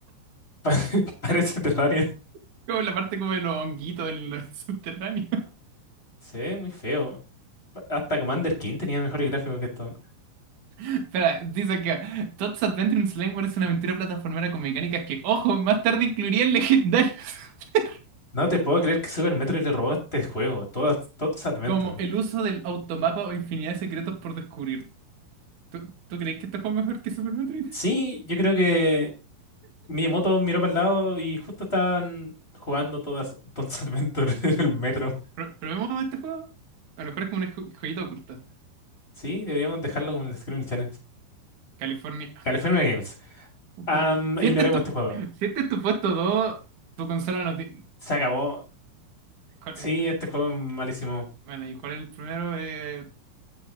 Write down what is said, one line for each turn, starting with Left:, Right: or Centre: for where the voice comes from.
Left: <laughs> parece Terraria.
Right: <laughs> Como la parte como de los honguitos en lo subterráneo.
Left: Se ve muy feo. Hasta Commander King tenía mejores gráficos que esto.
Right: <laughs> Espera, dice acá. Todd's Adventure in Slime es una aventura plataformera con mecánicas que, ojo, más tarde incluirían legendarios. <laughs>
Left: No te puedo creer que Super Metroid le robó este juego, todas Tod's Adventure.
Right: Como el uso del automapa o infinidad de secretos por descubrir. ¿Tú, tú crees que este juego es mejor que Super Metroid?
Left: Sí, yo creo que Miyamoto miró para el lado y justo estaban jugando todas Tod's Adventure <laughs> en el metro.
Right: Pro- ¿Probemos este juego? A lo mejor es como una jo- joyita oculta.
Left: Sí, deberíamos dejarlo como el Scream Challenge.
Right: California.
Left: California Games.
Right: <laughs>
Left: Am,
Right: Si
Left: ignoremos
Right: este es tu,
Left: este juego.
Right: si este es tu puesto 2, tu consola no tiene...
Left: Se acabó.
Right: ¿Cuál
Left: Sí,
Right: es-
Left: este juego es malísimo.
Right: Bueno, ¿y cuál es el primero? Eh,